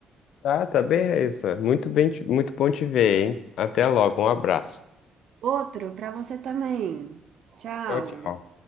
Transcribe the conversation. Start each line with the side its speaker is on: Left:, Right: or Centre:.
Left: Ah, tá bem, Raíssa. Muito bem, te- muito bom te ver, hein? Até logo, um abraço.
Right: Outro pra você também. Tchau.
Left: Tchau, tchau.